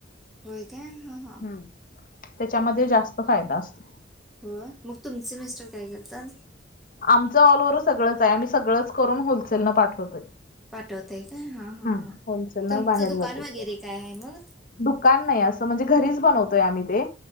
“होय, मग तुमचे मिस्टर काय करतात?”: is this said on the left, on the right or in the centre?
Centre